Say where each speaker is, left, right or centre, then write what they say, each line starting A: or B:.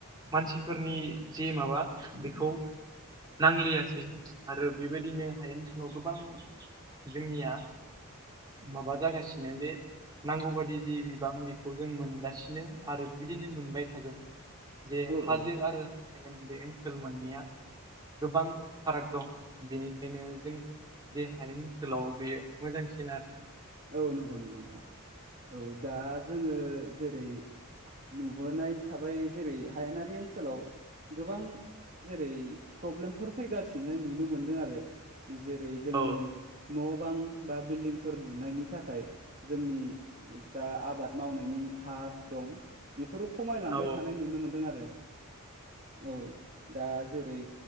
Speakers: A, on the right; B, on the right.
A: मानसिफोरनि जे माबा बेखौ नांलियासै आरो बेबायदिनो हायेन ओनसोलाव गोबां जोंनिया माबा जागासिनो जे नांगौ बादि जि बिबां बेखौ खौ जों मोनगासिनो आरो बिबायदिनो मोनबाय थागोन जे
B: औ
A: हाजो
B: औ
A: आरो बे ओनसोल मोननैया गोबां फाराग दं बिनिखायनो जों दे ओनसोलाव बे मोजांसिन आरोना
B: औ नंगौ नंगौ नोंथां औ दा जोंङो जेरै नुबोनाय थाबाय जेरै हायेनारि ओनसोलाव गोबां जेरै प्रब्लेमफोर फैगासिनो नुनो मोनदों आरो जेरै जोंनि
A: औ
B: न' बां बा बिल्डिंफोर लुनायनि थाखाय जोंनि जा आबाद मावनायनि हा दं बेफोराव खमायलांबाय
A: औ
B: थानाय नुनो मोन्दों आरो औ दा जेरै